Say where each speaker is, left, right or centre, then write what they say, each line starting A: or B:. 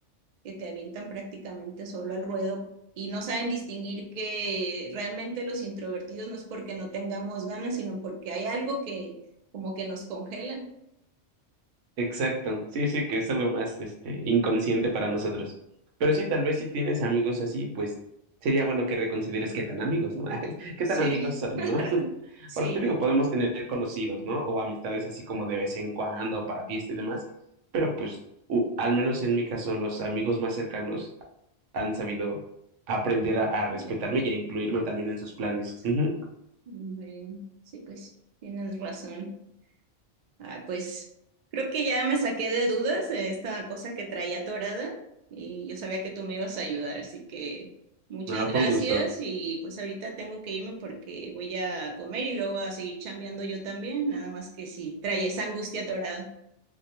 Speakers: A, on the right (about 55°); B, on the right (about 80°).
A: que te avientan prácticamente solo al ruedo y no saben distinguir que realmente los introvertidos no es porque no tengamos ganas, sino porque hay algo que como que nos congela.
B: Exacto, sí, sí, que es algo más, este, inconsciente para nosotros. Pero sí, tal vez si tienes amigos así, pues sería bueno que reconsideres qué tan amigos, ¿no? <laughs> ¿Qué
A: Sí,
B: tan amigos son,
A: <laughs>
B: ¿no? <laughs>
A: sí,
B: Porque te digo, podemos tener conocidos, ¿no? O amistades así como de vez en cuando, para fiesta y demás, pero pues, u- al menos en mi caso, los amigos más cercanos han sabido aprender a, a
A: obviamente.
B: respetarme y a incluirme también en sus planes. Ujú.
A: Bueno, sí, pues tienes razón. Ah, pues creo que ya me saqué de dudas eh, esta cosa que traía atorada y yo sabía que tú me ibas a ayudar, así que muchas
B: No,
A: gracias
B: fue un gusto.
A: y pues ahorita tengo que irme porque voy a comer y luego a seguir chambeando yo también, nada más que si traía esa angustia atorada.